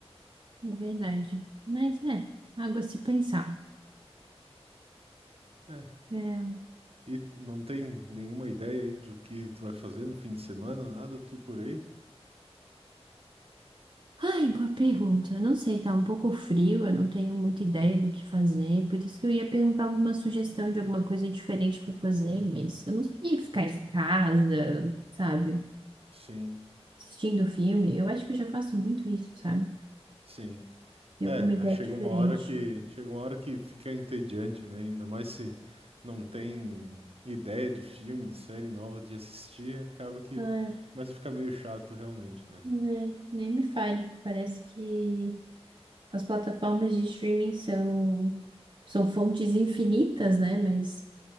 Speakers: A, on the right (about 45°); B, on the right (about 60°).
A: é verdade. Mas é, algo a se pensar.
B: É.
A: É.
B: E não tem nenhuma ideia aí do que tu vai fazer no fim de semana, nada, tu por aí?
A: Ai, boa pergunta. Não sei, tá um pouco frio, eu não tenho muita ideia do que fazer, por isso que eu ia perguntar alguma sugestão de alguma coisa diferente pra fazer,
B: Uhum.
A: mas eu não ia ficar em casa, sabe?
B: Sim,
A: Assistindo filme. Eu acho que eu já faço muito isso, sabe?
B: sim.
A: Ter
B: É,
A: alguma ideia
B: chega
A: diferente.
B: uma hora que chega uma hora que fica entediante, né? Ainda mais se não tem ideia de filme, de série nova de assistir, acaba que
A: Ah,
B: começa a ficar meio chato realmente, né?
A: Né, nem me fale. Parece que as plataformas de streaming são, são fontes infinitas, né? Mas